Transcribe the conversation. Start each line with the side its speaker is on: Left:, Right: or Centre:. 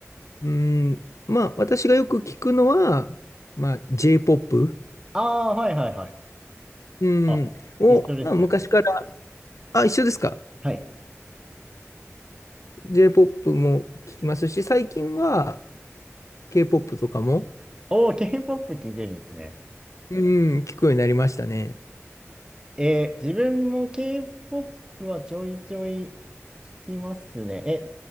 Left: うん、まあ、私がよく聞くのは、まあ、J-POP、
Right: あー、はいはいはい。
Left: うん、
Right: あ、
Left: を、
Right: 一緒です。
Left: まあ、昔から、あ、一緒ですか。
Right: はい。
Left: J-POP も聞きますし、最近は K-POP とかも、
Right: おー、K-POP 聴いてるんですね。
Left: うん、聞くようになりましたね。
Right: えー自分も K-POP はちょいちょい聴きますね。え、